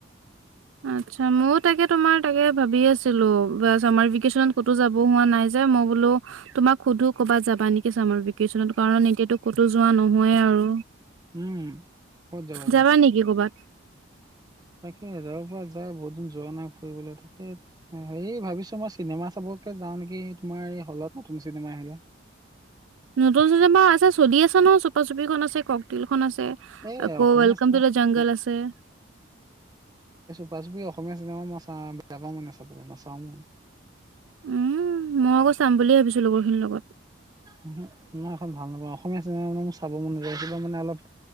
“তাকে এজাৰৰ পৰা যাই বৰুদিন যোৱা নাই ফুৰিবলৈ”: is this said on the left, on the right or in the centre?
Right